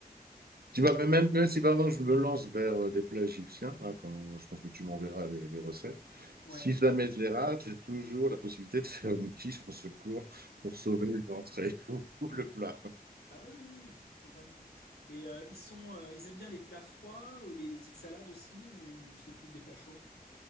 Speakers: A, on the right (about 75°); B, on the left (about 80°).
A: tu vois, même, même si maintenant je me lance vers euh, des plats égyptiens, hein, quand, je pense que tu m'enverras les, les recettes.
B: Ouais.
A: Si jamais je les rate, j'ai toujours la possibilité de faire un quiche en secours pour sauver l'entrée <laughs> ou le plat.
B: Bah oui, oui, oui, totalement. Et euh, ils sont, euh, ils aiment bien les plats froids, euh, les, les petites salades aussi, ou c'est plus des plats chauds?